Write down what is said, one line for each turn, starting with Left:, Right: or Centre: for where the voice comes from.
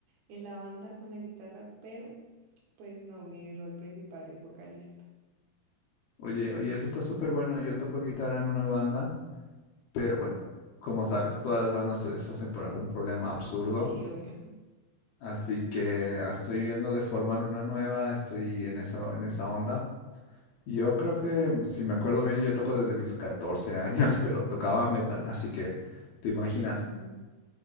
Right: en la banda con la guitarra, pero pues no, mi rol principal es vocalista.
Left: Oye, oye, eso está súper bueno. Yo toco guitarra en una banda Pero bueno, como sabes, todas las bandas se deshacen por algún problema absurdo.
Right: Sí, obvio.
Left: Así que ah, estoy viendo de formar una nueva, estoy en esa, en esa onda. Yo creo que, si me acuerdo bien, yo toco desde mis 14 años, pero tocaba metal. Así que, te imaginas,
Right: Ah,